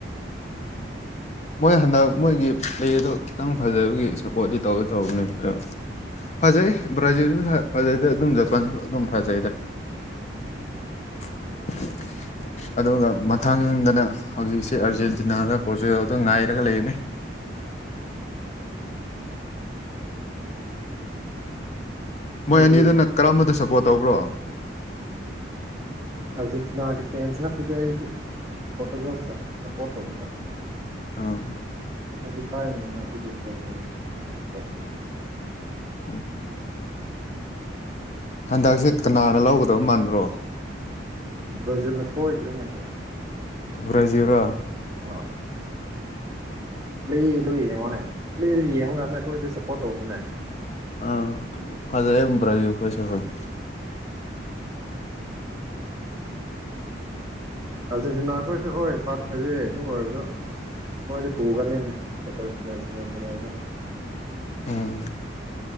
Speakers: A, on the left; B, on the right.
A: ꯃꯣꯏ ꯍꯟꯗꯛ ꯃꯣꯏꯒꯤ ꯄ꯭ꯂꯦꯗꯣ ꯈꯤꯇꯪ ꯐꯖꯕꯒꯤ ꯁꯞꯄꯣꯔꯠꯇꯤ ꯇꯧꯗꯤ ꯇꯧꯕꯅꯦ ꯑꯗꯣ ꯐꯖꯩ ꯕ꯭ꯔꯥꯖꯤꯜꯁꯨ ꯐꯖꯩꯗ ꯑꯗꯨꯝ ꯖꯄꯥꯟꯁꯨ ꯑꯗꯨꯝ ꯐꯖꯩꯗ <inaudible> ꯑꯗꯨꯒ ꯃꯊꯪꯗꯅ ꯍꯧꯖꯤꯛꯁꯦ ꯑꯥꯔꯖꯦꯟꯇꯤꯅꯥꯗ ꯕꯣꯔꯖꯤꯜ ꯑꯗꯨ ꯉꯥꯏꯔꯒ ꯂꯩꯕꯅꯤ ꯃꯣꯏ
B: ꯑꯩꯗꯤ
A: ꯑꯅꯤꯗꯨꯅ ꯀꯔꯝꯕꯗ ꯁꯞꯄꯣꯔꯠ ꯇꯧꯕ꯭ꯔꯣ
B: ꯑꯔꯖꯦꯟꯇꯤꯅꯥꯒꯤ ꯐꯦꯟꯁ ꯅꯠꯇꯦꯗ ꯑꯩꯗꯤ ꯄꯣꯔꯇꯨꯒꯜꯁꯇ ꯁꯄꯣꯔꯠ ꯇꯧꯕꯤꯕꯥ
A: ꯑꯥ
B: ꯑꯩꯗꯤ ꯊꯥꯏꯅꯉꯩꯗꯒꯤ ꯕ꯭ꯔꯖꯤꯜ <unintelligible>
A: ꯎꯝ ꯍꯟꯗꯛꯁꯦ ꯀꯅꯥꯅ ꯂꯧꯒꯗꯕ ꯃꯥꯟꯕ꯭ꯔꯣ
B: ꯕ꯭ꯔꯖꯤꯜꯅ ꯁꫭꯏꯗ꯭ꯔꯦꯅꯦ ꯀꯩꯅꯣ
A: ꯕ꯭ꯔꯖꯤꯔꯣ
B: ꯑ ꯄ꯭ꯂꯦꯗꯨ ꯌꯦꯡꯉꯨꯅꯦ ꯄ꯭ꯂꯦꯗꯨ ꯌꯦꯡꯕꯀꯥꯟꯗ ꯑꯩꯈꯣꯏꯗꯤ ꯁꯞꯄꯣꯔꯠ ꯇꯧꯕꯅꯦ
A: ꯑ ꯐꯖꯥꯏꯑꯦ ꯕ‌ꯔꯥꯖꯤꯜꯈꫭꯏꯁꯨ ꯍꯧꯖꯤꯛ
B: ꯑꯥꯔꯖꯦꯟꯇꯤꯅꯥ ꯑꯩꯈꯣꯏꯁꯨ ꯍꯣꯏ ꯐꯥꯗꯤ ꯐꯖꯩꯦ ꯑꯗꯨꯝ ꯑꯣꯏꯔꯁꯨ ꯑꯁ ꯃꫭꯏꯗꯤ ꯇꯨꯒꯅꯤꯅꯦ ꯀ꯭ꯋꯥꯇꯔ ꯐꯥꯏꯅꯦꯜ ꯁꯦꯃꯤ ꯐꯥꯏꯅꯦꯜꯗ
A: ꯎꯝ